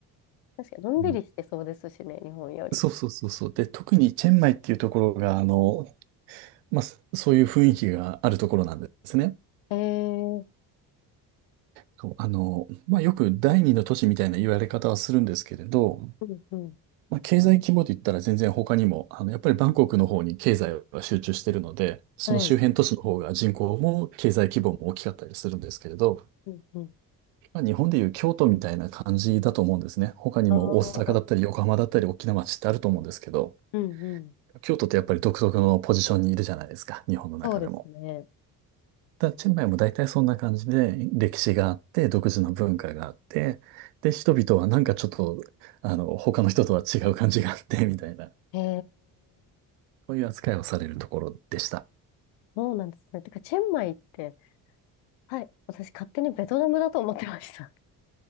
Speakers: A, on the left (about 65°); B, on the right (about 70°).
A: 確かに、のんびりしてそうですしね、
B: うん
A: 日本より。
B: そうそうそうそう。で、特にチェンマイっていうところが、あの、まあ、そそういう雰囲気があるところなんですね。
A: ええ
B: そうあの、まあ、よく第二の都市みたいな言われ方はするんですけれど、
A: うんうん。
B: まあ、経済規模で言ったら全然他にも、あの、やっぱりバンコクの方に経済は集中してるので、その周辺都市の方が人口も経済規模も大きかったりするんですけれど、
A: はい。うんうん。
B: まあ、日本でいう京都みたいな感じだと思うんですね。他にも大阪だったり横浜だったり大きな街ってあると思うんですけど、
A: ああ、うんうん。
B: 京都ってやっぱり独特のポジションにいるじゃないですか、日本の中でも。
A: そうですね。
B: だチェンマイも大体そんな感じで、歴史があって、独自の文化があって、で、人々はなんかちょっと、あの、他の人とは違う感じがあって、みたいな、
A: へえ、
B: そういう扱いをされるところでした。
A: そうなんですね。てか、チェンマイって、はい、私勝手にベトナムだと思ってました。